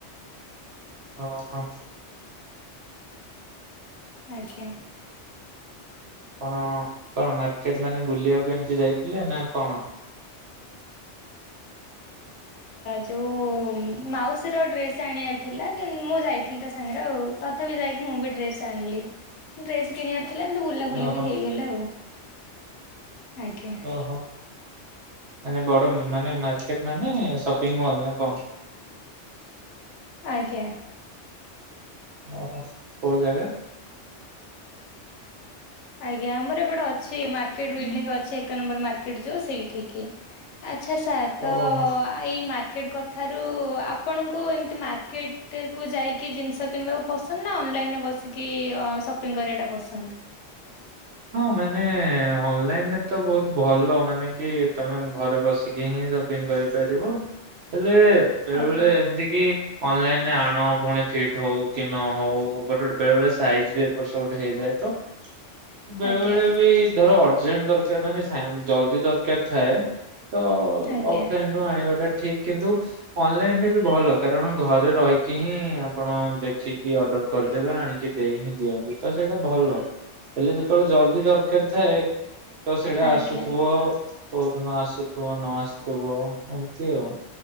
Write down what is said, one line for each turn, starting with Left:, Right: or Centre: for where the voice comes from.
Right: ଓ ହୋ।
Left: ଆଜ୍ଞା।
Right: କଣ କଣ ମାର୍କେଟ ମାନେ ବୁଲିବାକୁ ଏମିତି ଯାଇଥିଲେ ନା କଣ?
Left: ଯୋଉ ମାଉସୀର ଡ୍ରେସ ଆଣିବାର ଥିଲା ମୁଁ ଯାଇଥିଲି ତା ସାଙ୍ଗରେ ଆଉ ତଥାପି ଯାଇକି ମୁଁ ବି ଡ୍ରେସ ଆଣିଲି ଡ୍ରେସ କିଣିବାର ଥିଲା ଏମିତି ବୁଲାବୁଲି
Right: ଓହୋ
Left: ବି ହେଇଗଲା ଆଉ। ଆଜ୍ଞା
Right: ଓହୋ ମାନେବଡ ମାନେ ମା ମାନେ ସପିଙ୍ଗମଲ କଣ?
Left: ଆଜ୍ଞା।
Right: ଓହୋ କୋଉ ଜାଗା?
Left: ଆଜ୍ଞା ଆମର ଏପଟେ ଅଛି ମାର୍କେଟ ବିଲ୍ଡିଙ୍ଗ ଅଛି ଏକ ନମ୍ବର ମାର୍କେଟ ଯୋଉ ସେଇଠିକି। ଆଚ୍ଛା ସାର୍ ତ
Right: ଓହୋ।
Left: ଏଇ ମାର୍କ ମାର୍କେଟ୍ କଥାରୁ ଆପଣଙ୍କୁ ଏମିତି ମାର୍କେଟକୁ ଯାଇକି ଜିନିଷ କିଣିବାକୁ ପସନ୍ଦ ନା ଅନଲାଇନ୍ରେ ବସିକି ସପିଙ୍ଗ କରିବାଟା ପସନ୍ଦ?
Right: ହଁ ମାନେ ଅନଲାଇନରେ ତ ବହୁତ ଭଲ ମାନେ କି ତମେ ଘରେ ବସିକି ହିଁ ସପିଙ୍ଗ କରିପାରିବ ହେଲେ ବେଳେ
Left: ଆଜ୍ଞା
Right: ବେଳେ ଏମିତି କି ଅନଲାଇନରେ ଆଣ ପୁଣି ଫିଟ ହଉ କି ନ ହଉ ଗୋଟେ ଗୋଟେ ବେଳେ ବେଳେ ସାଇଜ ବି ଏପର୍ ସବୁ ଗୋଟେ ହେଇଯାଏ ତ। ବେଳେ
Left: ଆଜ୍ଞା
Right: ବେଳେ ବି ଧର ଅର୍ଜେଣ୍ଟ ଦରକାର ନା ସାଙ୍ଗ ଜଲ୍ଦୀ ଦରକାର ଥାଏ। ତ
Left: ଆଜ୍ଞା
Right: ଅଫଲାଇନ ରୁ ଆଣିବାଟ ଠିକ କିନ୍ତୁ ଅନଲାଇନରେ ବି ଭଲ କାରଣ ଘରେ ରହିକି ହିଁ ଆପଣ ଦେଖିକି ଅର୍ଡର କରିଦେବେ ଆଣିକି ଦେଇ ହିଁ ଦିଅନ୍ତି ତ ସେଇଟା ଭଲ। ହେଲେ ଯେତେବେଳେ ଜଲଦି ଦରକାର ଥାଏ। ତ ସେଇଟା
Left: ଆଜ୍ଞା।
Right: ଆସୁଥିବ କୋଉ ଦିନ ଆସୁଥିବ ନ ଆସୁଥିବ ଏମିତି ଆଉ।